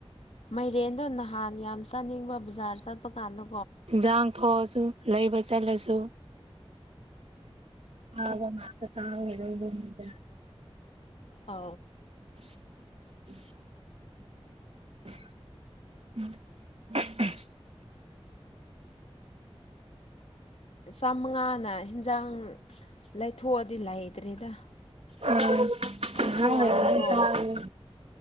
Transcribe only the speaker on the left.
ꯃꯥꯏꯔꯦꯟꯗꯣ ꯅꯍꯥꯟ ꯌꯥꯝ ꯆꯥꯅꯤꯡꯕ ꯕꯖꯥꯔ ꯆꯠꯄ ꯀꯥꯟꯗꯣ꯫
ꯑ
ꯆꯥꯃꯉꯥꯅ ꯍꯤꯟꯖꯥꯡ ꯂꯩꯊꯣꯛꯑꯗꯤ ꯂꯩꯇ꯭ꯔꯦꯗ
ꯀꯥꯏꯊꯣꯛꯑꯗꯤꯀꯣ